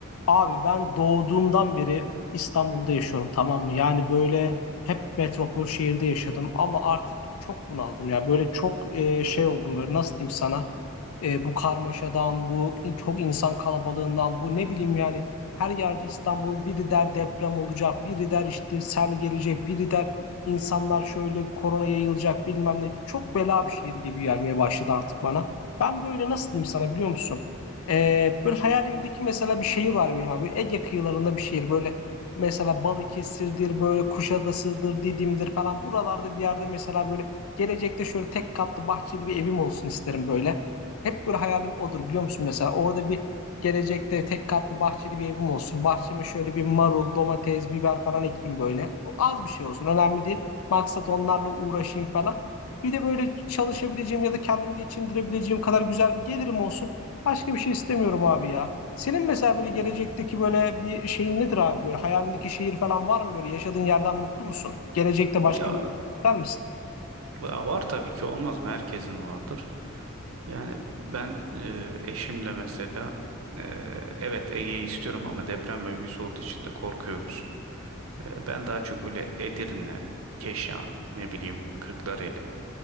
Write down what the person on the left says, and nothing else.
Abi ben doğduğumdan beri İstanbul'da yaşıyorum tamam mı? Yani böyle hep metropol şehirde yaşadım ama artık çok bunaldım ya. Böyle çok e, şey oldum böyle nasıl diyeyim sana? E, bu karmaşadan, bu çok insan kalabalığından, bu ne bileyim yani her yerde İstanbul biri der deprem olacak, biri der işte sel gelecek, biri der insanlar şöyle korona yayılacak bilmem ne. Çok bela bir şehir gibi gelmeye başladı artık bana. Ben böyle nasıl diyeyim sana biliyor musun? E, böyle hayalimdeki mesela bir şehir var benim abi. Ege kıyılarında bir şehir böyle mesela Balıkesir'dir, böyle Kuşadası'dır, Didim'dir falan. Buralarda bir yerde mesela böyle gelecekte şöyle tek katlı bahçeli bir evim olsun isterim böyle. Hep böyle hayalim odur biliyor musun mesela orada bir gelecekte tek katlı bahçeli bir evim olsun. Bahçeme şöyle bir marul, domates, biber falan ekeyim böyle. O Az bir şey olsun önemli değil. Maksat onlarla uğraşayım falan. Bir de böyle çalışabileceğim ya da kendimi geçindirebileceğim kadar güzel bir gelirim olsun. Başka bir şey istemiyorum abi ya. Senin mesela böyle gelecekteki böyle bir şeyin nedir abi böyle hayalindeki şehir falan var mı böyle yaşadığın yerden mutlu musun? Gelecekte başka
bir yer ister misin?